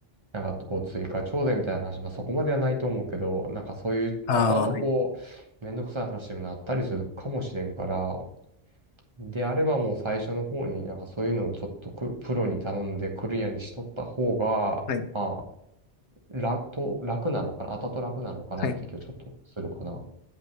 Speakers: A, on the right; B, on the left.
A: なんかこう追加徴税みたいな話、まあそこまではないと思うけど、なんかそういう後々こう、
B: ああ、はい。
A: めんどくさい話にもなったりするかもしれんから、であればもう最初の方になんかそういうのをちょっとくプロに頼んでクリアにしとった方が、
B: はい。
A: まあ、楽と、楽なのかな、後々楽なのかなって気はちょっとするかな。
B: はい。